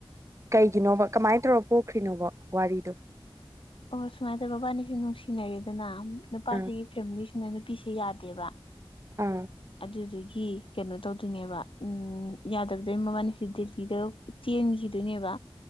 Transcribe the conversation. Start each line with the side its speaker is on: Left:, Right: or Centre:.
Right: ꯀꯩꯒꯤꯅꯣꯕ ꯀꯃꯥꯏꯅ ꯇꯧꯔ ꯄꯣꯛꯈ꯭ꯔꯤꯅꯣꯕ ꯋꯥꯔꯤꯗꯣ
Left: ꯑꯣ ꯁꯨꯃꯥꯏꯅ ꯇꯧꯔꯦ ꯃꯕꯥꯅꯤꯁꯦ ꯅꯨꯡꯁꯤꯅꯔꯦꯗꯅ ꯅꯨꯄꯥꯁꯤꯒꯤ
Right: ꯑꯥ
Left: ꯐꯦꯃꯤꯂꯤꯁꯤꯅ ꯅꯨꯄꯤꯁ ꯌꯥꯗꯦꯕ
Right: ꯑꯥ
Left: ꯑꯗꯨꯗꯒꯤ ꯀꯩꯅꯣ ꯇꯧꯗꯣꯏꯅꯦꯕ ꯌꯥꯗꯕꯗꯩ ꯃꯕꯥꯅꯤꯍꯦ ꯗꯤꯄꯤꯗ ꯆꯦꯟꯒꯤꯗꯨꯅꯦꯕ